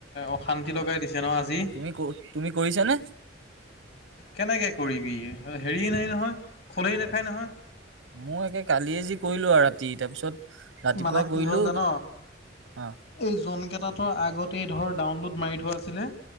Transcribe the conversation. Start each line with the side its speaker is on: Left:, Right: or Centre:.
Left: অশান্তি লগাই দিছে ন আজি
Right: তুমি ক তুমি কৰিছা নে
Left: কেনেকে কৰিবি হেৰি নাই নহয় খোলেই নাখায় নহয়
Right: মই একে কালিয়ে যি কৰিলো আৰু ৰাতি তাৰপিছত ৰাতিপুৱা
Left: মানে কি
Right: কৰিলো
Left: হ'ল জান
Right: অ
Left: এই জোন কেইটাতৰ আগতেই ধৰ ডাউনলোড মাৰি থোৱা আছিলে